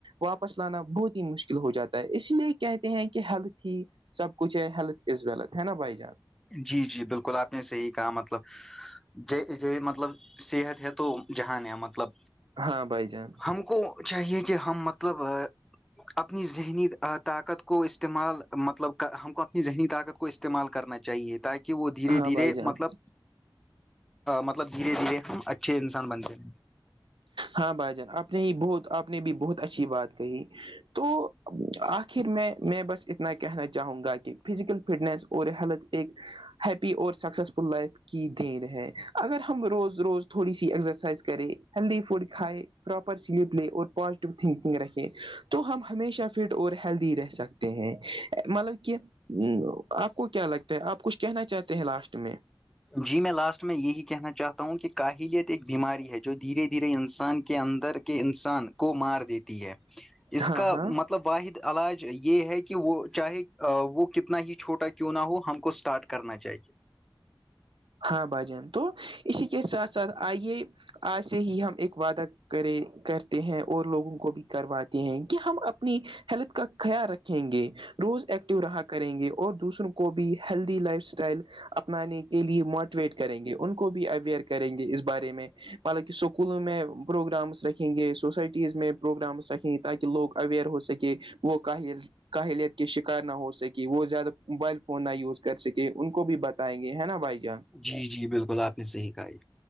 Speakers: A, on the right; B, in the centre.
A: واپس لانا بہت ہی مشکل ہو جاتا ہے اسی لیے کہتے ہیں کہ ہیلتھ ہی سب کچھ ہے ہیلتھز ولتھ ہے نا بھائی جان
B: جی جی بالکل آپ نے صحیح کہا مطلب ج ج مطلب صحت ہے تو جہان ہے مطلب
A: ہاں بائی جان
B: ہم کو چاہیے کہ ہم مطلب اپنی ذہنی طاقت کو استعمال مطلب ہم کو اپنی ذہنی طاقت کو استعمال کرنا چاہیے تاکہ کہ وہ دھیرے
A: ہاں
B: دھیرے
A: بھائی جان
B: مطلب مطلب دھیرے دھیرے ہم اچھے انسان بنتے ہیں
A: ہاں بھائی جان آپ نے ہی بہت آپ نے بھی بہت اچھی بات کہی تو آخر میں میں بس اتنا کہنا چاہوں گا کہ فزیکل فٹنس اور ہیلتھ ایک ہیپی اور سکسسفل لائف کی دیر ہے اگر ہم روز روز تھوڑی سی ایکسرسائز کریں ہیلدی فوڈ کھائے پراپر سلیپ لے اور پازیٹیو تھنکنگ رکھیں تو ہم ہمیشہ فٹ اور ہیلدی رہ سکتے ہیں مطلب کہ ہوں آپ کو کیا لگتا ہے آپ کچھ کہنا چاہتے ہیں لاسٹ میں
B: جی میں لاسٹ میں یہی کہنا چاہتا ہوں کہ کاہلیت ایک بیماری ہے جودھیرے دھیرے انسان کے اندر کے انسان کو مار دیتی ہے اس
A: ہاں
B: کا
A: ہاں
B: مطلب واحد علاج یہ ہے کہ وہ چاہے وہ کتنا ہی چھوٹا کیوں نہ ہو ہم کو اسٹارٹ کرنا چاہیے
A: ہاں بھائ جان تو اسی کے ساتھ ساتھ آئیے آ ج سے ہی ہم ایک وعدہ کرے کرتے ہیں اور لوگوں کو بھی کرواتے ہیں کہ ہم اپنی ہیلتھ کا خیال رکھیں گے روز ایکٹیو رہا کریں گے اور دوسروں کو بھی ہیلدی لائف اسٹائل اپنانے کے لیے موٹ ٹویٹ کریں گے ان کو بھی اوئر کریں گے اس بارے میں بلکہ اسکول میں پروگرامس رکھیں گے سوسائٹیز میں پروگرامس رکھیں گے تاکہ لوگ اویئر ہو سکے وہ کاہل کاہلیت کے شکار نہ ہو سکے وہ زیادہ موبائل فون نہ یوز کر سکے ان کو بھی بتائیں گے ہے نا بھائی جان
B: جی جی بالکل آپ نے صحیح کہاایے